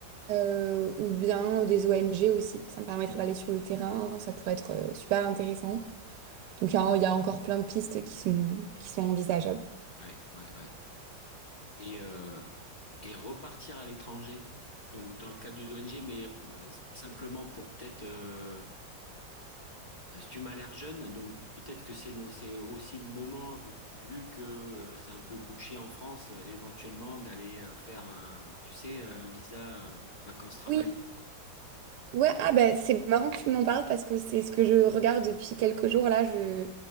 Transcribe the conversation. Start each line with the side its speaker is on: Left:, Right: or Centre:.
Right: euh, ou bien des ONG aussi. Ça me permettrait d'aller sur le terrain, ça pourrait être euh, super intéressant. Donc, il y a, il y a encore plein de pistes qui sont, qui sont envisageables.
Left: Ouais, ouais, ouais. Et, euh, et repartir à l'étranger, donc dans le cadre d'une ONG, mais euh, simplement pour peut-être, euh, si tu m'as l'air jeune, donc peut-être que c'est le, c'est aussi le moment, vu, vu que euh, c'est un peu bouché en France, euh, éventuellement d'aller euh, faire un, tu sais, un visa euh, vacances-travail.
Right: Oui, Ouais, ah bah, c'est marrant que tu m'en parles parce que c'est ce que je regarde depuis quelques jours là. Je,